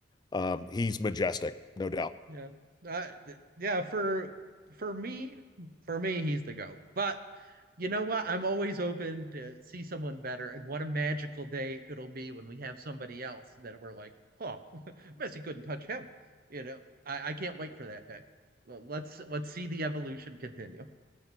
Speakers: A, on the left; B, on the right.
A: um, he's majestic, no doubt.
B: Yeah. Uh, th- yeah, for for me, for me, he's the GOAT. But you know what? I'm always open to see someone better, and what a magical day it'll be when we have somebody else that we're like, oh, <laughs> Messi couldn't touch him. You know, I, I can't wait for that day. Well, let's let's see the evolution continue.